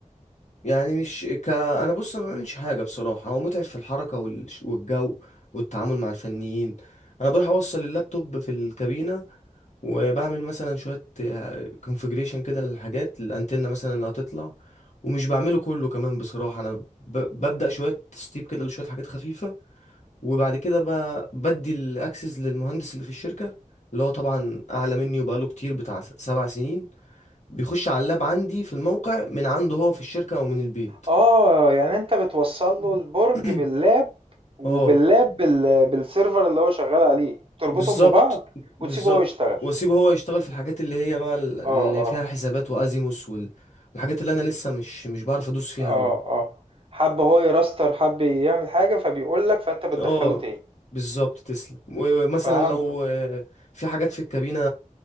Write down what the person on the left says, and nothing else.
يعني مش ك انا بص أنا ما بعملش حاجة بصراحة هو متعب في الحركة وال... والجو والتعامل مع الفنيين انا بروح اوصل اللابتوب في الكابينة وبعمل مثلا شوية كونفجريشن كده للحاجات الانتنة مثلا اللي هتطلع ومش بعمله كله كمان بصراحة انا ب... ببدأ شوية تسطيب كده لشوية حاجات خفيفة وبعد كده ب... بدي الاكسس للمهندس اللي في الشركة اللي هو طبعا اعلى مني وبقاله كتير بتاع سبع سنين بيخش على اللاب عندي في الموقع من عنده هو في الشركة او من البيت
مم.
<clears throat>
اه
بالظبط
بالظبط
واسيبه هو يشتغل في الحاجات اللي هي بقى ال- اللي
فيها حسابات وازيموس وال- والحاجات اللي انا لسه مش مش بعرف ادوس فيها
قوي
اه
بالظبط تسلم ومثلا
لو آه، في حاجات في الكابينة